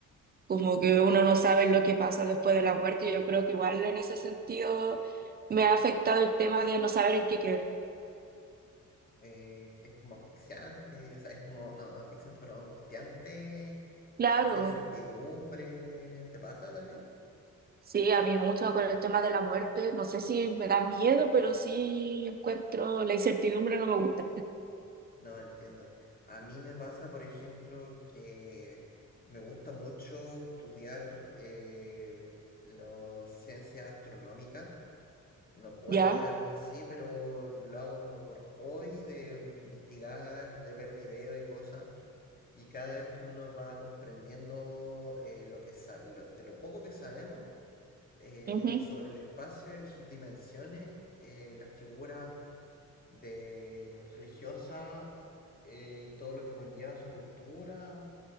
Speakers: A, on the right; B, on the left.
A: como que uno no sabe lo que pasa después de la muerte. Yo creo que igual en ese sentido me ha afectado el tema de no saber en qué creer.
B: Eh, es como asfixiante, o sea, es como, no, asfixiante, pero angustiante,
A: Claro,
B: esa incertidumbre, ¿te pasa también?
A: Sí, a mí me gusta con el tema de la muerte. No sé si me da miedo, pero sí encuentro la incertidumbre, no me gusta.
B: No entiendo. A mí me pasa, por ejemplo, que me gusta mucho estudiar eh, las ciencias astronómicas. No puedo
A: Ya,
B: estudiarlo en sí, pero lo hago como por hobby, de investigar, de ver videos y cosas Y cada vez que uno va comprendiendo eh, lo que sa- lo- de lo poco que sabemos eh,
A: ujú,
B: sobre el espacio, y sus dimensiones, eh, las figuras de religiosas eh, y todo lo que conlleva su cultura,